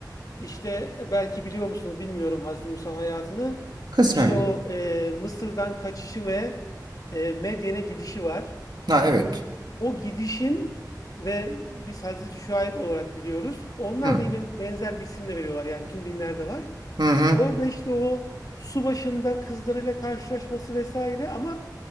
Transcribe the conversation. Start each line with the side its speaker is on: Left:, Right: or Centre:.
Left: İşte e, belki biliyor musunuz bilmiyorum Hazreti Musa'nın hayatını.
Right: Kısmen
Left: İşte o
Right: bir.
Left: e, Mısır'dan kaçışı ve e, Medyen'e gidişi var.
Right: Ha evet.
Left: O gidişin ve biz Hazreti Şuayb olarak biliyoruz. Onlar
Right: Hı
Left: da yine benzer bir isimle veriyorlar. Yani tüm dinlerde var.
Right: hı hı.
Left: Orada işte o su başında kızlarıyla karşılaşması vesaire ama